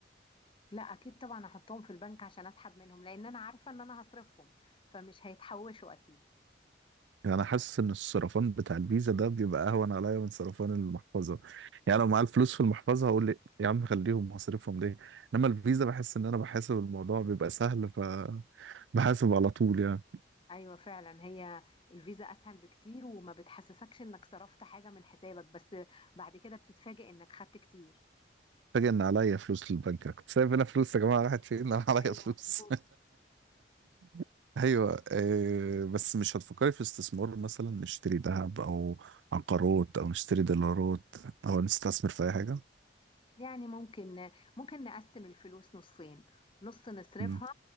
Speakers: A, on the left; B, on the right.
A: لا أكيد طبعا أحطهم في البنك عشان أسحب منهم لأن أنا عارفة إن أنا هصرفهم فمش هيتحوشوا أكيد
B: يعني انا حاسس ان الصرفان بتاع الفيزا ده بيبقى اهون عليا من صرفان المحفظه يعني لو معايا الفلوس في المحفظه هقول لي يا عم خليهم هصرفهم ليه انما الفيزا بحس ان انا بحاسب الموضوع بيبقى سهل ف بحاسب على طول يعني
A: أيوة فعلا هي الفيزا أسهل بكتير وما بتحسسكش إنك صرفت حاجة من حسابك بس بعد كده بتتفاجئ إنك خدت كتير
B: فاجئ ان عليا فلوس للبنك أنا كنت سايب هنا فلوس يا جماعه راحت فين <laughs> انا عليا
A: أيوة
B: فلوس
A: مظبوط
B: <laughs> ايوه آه، بس مش هتفكري في استثمار مثلا نشتري ذهب او عقارات او نشتري دولارات او نستثمر في اي حاجه
A: يعني ممكن ممكن نقسم الفلوس نصين نص نصرفها
B: مم.